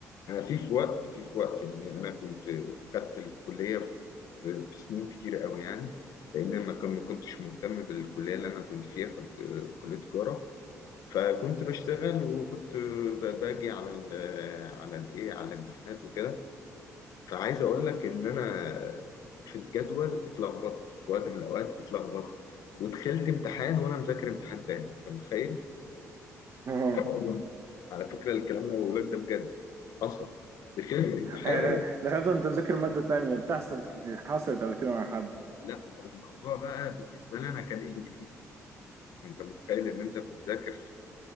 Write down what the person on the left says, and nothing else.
أنا في في وقت في في وقت يعني أنا كنت خدت الكلية في في سنين كتير قوي يعني لأن ما كان- ما كنتش مهتم بالكلية اللي أنا كنت فيها كنت آه، كلية تجارة فكنت بشتغل وكنت آه، ب- باجي على ال على الإيه على الامتحانات وكده فعايز أقول لك إن أنا في الجدول اتلخبطت في وقت من الأوقات اتلخبطت ودخلت امتحان وأنا مذاكر امتحان تاني أنت متخيل؟
آه والله على فكرة الكلام اللي بقوله لك ده بجد حصل دخلت امتحان
لا ده الموضوع بقى بالنسبة لي أنا كان إنجليزي أنت متخيل إن أنت بتذاكر